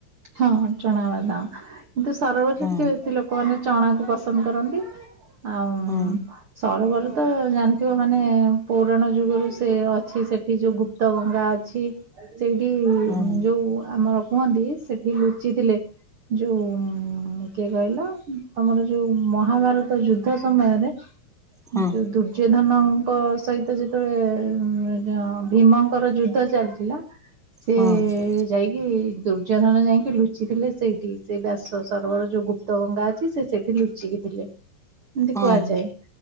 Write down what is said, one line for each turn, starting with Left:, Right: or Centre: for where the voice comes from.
Right: ହଁ ଚଣା ବାଦମ୍ କିନ୍ତୁ ସରୋବରରେ
Centre: ହୁଁ
Right: ଟିକେ ବେଶୀ ଲୋ କମାନେ ଚଣାକୁ ପସନ୍ଦ କରନ୍ତି ଆଉ
Centre: ହୁଁ
Right: ସରୋବର ତ ଜାଣିଥିବ ମାନେ ପୁରାଣ ଯୁଗରୁ ସେ ଅଛି ସେଠି ଯୋଉ ଗୁ ଗୁପ୍ତଗଙ୍ଗା ଅଛି ସେଇଠି
Centre: ହୁଁ
Right: ଯୋଉ ଆମର କୁହନ୍ତି ସେ ସେ ଲୁଚିଥିଲେ। ଯୋଉ କିଏ କହିଲ ତମର ଯୋଉ ମହାଭାରତ ଯୁଦ୍ଧ ସମୟରେ ଯଉ
Centre: ହୁଁ
Right: ଦୁର୍ ର୍ଯ୍ୟଧନଙ୍କ ସହିତ ଯେତେବେଳେ ଭୀମଙ୍କର ଯୁଦ୍ଧ ଚାଲିଥିଲା। ସେ
Centre: ହୁଁ।
Right: ଯାଇକି ଦୁର୍ଯ୍ୟୋଧନ ଯାଇକି ଲୁଚିଥିଲେ ସେଇଠି ସେଇ ବସ ସରବର ଯୋଉ ଗୁପ୍ତ ଗଙ୍ଗା ଅଛି ସେ ସେଠି ଲୁଚିକି ଥିଲେ। ଏମିତି
Centre: ହଁ
Right: କୁହାଯାଏ